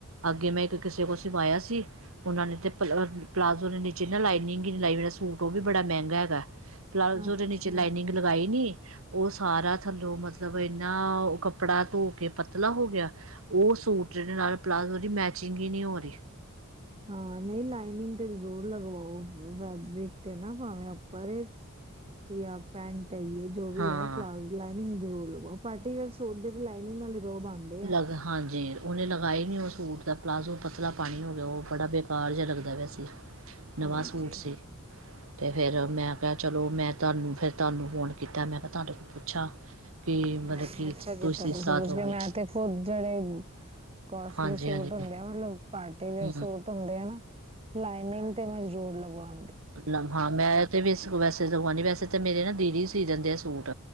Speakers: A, on the right; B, on the right.
A: ਅੱਗੇ ਮੈਂ ਇੱਕ ਕਿਸੇ ਕੋਲ ਸਿਵਾਇਆ ਸੀ ਉਹਨਾਂ ਨੇ ਤੇ ਪਲਾਜ਼ੋ ਨੇ ਨੀਚੇ ਨਾ ਲਾਈਨਿੰਗ ਹੀ ਨ ਲਾਈ ਮੇਰਾ ਸੂਟ ਉਹ ਵੀ ਬੜਾ ਮਹਿੰਗਾ ਹੈਗਾ ਪਲਾਜ਼ੋ
B: ਅੱਛਾ
A: ਦੇ ਨੀਚੇ ਲਾਈਨਿੰਗ ਲਗਾਈ ਨੀ ਉਹ ਸਾਰਾ ਥੱਲੋਂ ਮਤਲਬ ਮਤਲਬ ਇੰਨਾ ਕੱਪੜਾ ਧੋ ਕੇ ਪਤਲਾ ਹੋ ਗਿਆ ਉਹ ਸੂਟ ਜਿਹੜੇ ਨਾਲ ਪਲਾਜ਼ੋ ਦੀ ਮੈਚਿੰਗ ਹੀ ਨਹੀਂ ਹੋ ਰਹੀ
B: ਹਾਂ ਨਹੀਂ ਲਾਈਨਿੰਗ ਤੇ ਜ਼ਰੂਰ ਲਗਵਾਓ ਫੈਬਰਿਕ ਤੇ ਨਾ ਭਾਵੇਂ ਪਰਾਂ ਇਹ ਵੀ ਪੈਂਟ ਹੈਗੀਏ ਜੋ ਵੀ
A: ਹਾਂ
B: ਹੈ ਪਲਾਜ਼ ਲਾਈਨਿੰਗ ਜ਼ਰੜ ਲਗਾ ਪਾਰਟੀ ਵਰ ਸੋਟ ਦੇ ਲਾਈਨਿੰਗ ਨਾਲ ਰੋਬ ਆਂਦੇ ਆ।
A: ਲਗ ਹਾਂਜੀ ਉਹਨੇ ਲਗਾਏ ਨਹੀਂ ਉਹ ਸੂਟ ਦਾ ਪਲਾਜ਼ੋ ਪਤਲਾ ਪਾਣੀ ਹੋ ਗਿਆ ਉਹ ਬੜਾ ਬੇਕਾਰ ਜਿਹਾ ਲੱਗਦਾ ਪਿਆ ਸੀ ਨਵਾਂ
B: ਹਾਂਜੀ।
A: ਸੂਟ ਸੀ ਤੇ ਫਿਰ ਮੈਂ ਕਿਹਾ ਚਲੋ ਮੈਂ ਤੁਹਾਨੂੰ ਫਿਰ ਤੁਹਾਨੂੰ ਫੋਨ ਕੀਤਾ ਮੈਂ ਕਿਹਾ ਤੁਹਾਡੇ ਕੋਲ ਪੁੱਛਾਂ ਕਿ ਮਤਲਬ
B: ਨਹੀਂ
A: ਕੀ
B: ਅੱਛਾ ਕੀਤਾ
A: ਤੁਸੀਂ ਸਾਥ
B: ਪੁੱਛ
A: ਹੋ
B: ਕੇ
A: ਗਏ
B: ਮੈਂ ਤੇ ਜਿਹੜੇ ਕੋਸਟਲੀ
A: ਹਾਂਜੀ
B: ਸੂਟ
A: ਹਾਂਜੀ
B: ਹੁੰਦੇ ਆ ਮਤਲਬ ਪਾਰਟੀ ਵਅਰ
A: ਹੂੰ
B: ਸੂਟ ਹੁੰਦੇ ਆ ਨਾ ਲਾਈਨਿੰਗ ਤੇ ਮਨਜ਼ੂਰ ਲਵਾ
A: ਮਤ ਹਾਂ ਮੈਂ ਆਆ ਤੇ ਵੀ ਇਸ ਵੈਸੇ ਅਤੇ ਦ ਨਹੀਂ ਵੈਸੇ ਤਾਂੇਰੇ ਨਾ ਦੀਦੀ ਸੀ ਦਿੰਦੇ ਆ ਸੂਟ।